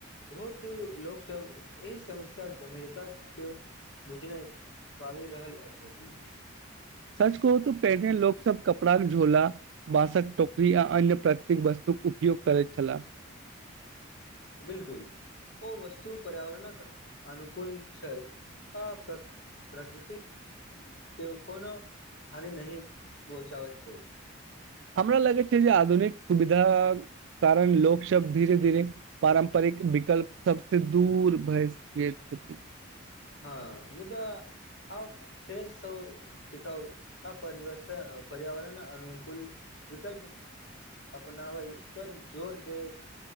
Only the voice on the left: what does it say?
बहुत लोकसभ एहि समस्या गम्भीरता के बुझ नहि पाबि रहल छथि।
बिल्कुल ओ वस्तु पर्यावरणक अनुकूल छल त प्रकृतिक के कोनो हानि नहि पहुँचाबैत छै।
हँ मुद्दादा आ फेरस टीकाउ आ परवर्तन पर्यावरण अनुकूल विकल्प अपनावय पर जोर दे